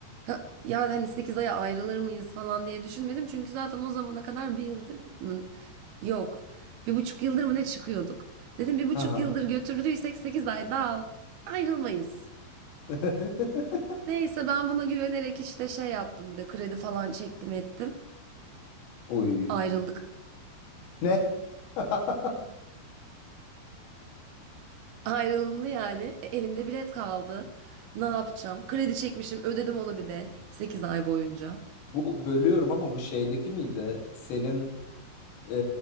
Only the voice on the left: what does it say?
Hı
hı.
<laughs>
Uy.
Ne? <laughs>
Bu bölüyorum ama bu şeydeki miydi? Senin e,